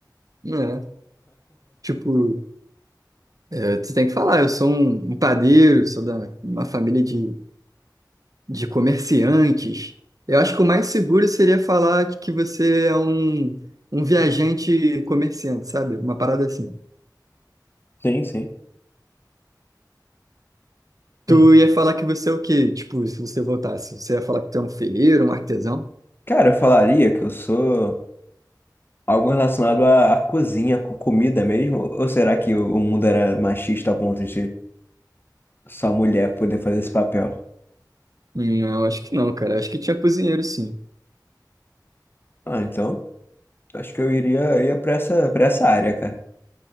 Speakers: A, on the right; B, on the left.
A: É, tipo, é, você tem que falar, eu sou um, um padeiro, sou da uma família de, de comerciantes. Eu acho que o mais seguro seria falar que você é um, um viajante comerciante, sabe? Uma parada assim.
B: Sim, sim.
A: Tu
B: Hum.
A: ia falar que você é o quê? Tipo, se você voltasse, você ia falar que tu é um ferreiro, um artesão?
B: Cara, eu falaria que eu sou algo relacionado à, à cozinha, com comida mesmo? Ou será que o, o mundo era machista ao ponto de só mulher poder fazer esse papel?
A: Não, acho que não, cara. Acho que tinha cozinheiro, sim.
B: Ah, então, acho que eu iria, ia pra essa, pra essa área, cara,